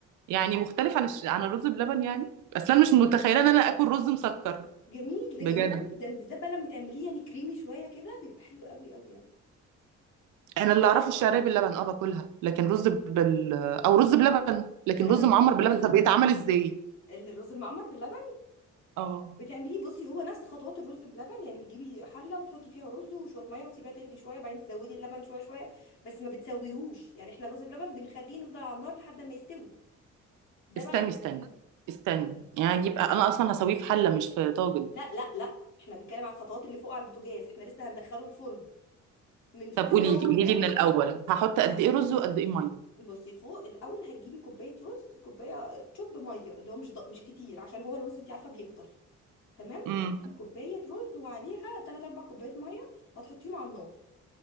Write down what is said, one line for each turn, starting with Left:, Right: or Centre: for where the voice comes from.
Right: يعني مختلف عن الش... عن الرز بلبن يعني اصل انا مش متخيله ان انا اكل رز مسكر
Left: جميل ده
Right: بجد
Left: جميل جدا بالذات بقى لما تعمليه يعني كريمي شويه كده بيبقى حلو قوي قوي يعني
Right: انا اللي اعرفه الشعريه باللبن اه باكلها لكن رز بال او رز بلبن لكن
Left: انا
Right: رز
Left: بقى
Right: معمر باللبن ده بيتعمل ازاي
Left: الرز المعمر باللبن
Right: اه
Left: بتعمليه بصي هو نفس خطوات الرز بلبن يعني بتجيبي حله وتحطي فيها رز وشويه ميه وتسيبيها تغلي شويه بعدين تزودي اللبن شويه شويه بس ما بتسويهوش يعني احنا الرز بلبن بنخليه نفضل على النار لحد ما يستوي ده
Right: استني
Left: بقى ما بيستوي
Right: استني استني يعني يبقى انا اصلا هسويه في حله مش في طاجن
Left: لا لا لا احنا بنتكلم على الخطوات اللي فوق على البوتاجاز احنا لسه هندخله الفرن من طول
Right: طب قولي
Left: ما هو
Right: لي قولي
Left: فوق
Right: لي من الاول هحط
Left: بس-
Right: قد ايه رز وقد ايه ميه
Left: بصي فوق الاول هتجيبي كوبايه رز كوبايه آه، شوب ميه اللي هو مش ض... مش كتير عشان هو الرز انت عارفه بيكتر تمام
Right: امم
Left: هتجيبي كوبايه رز وعليها 3 4 كوبايات ميه وهتحطيهم على النار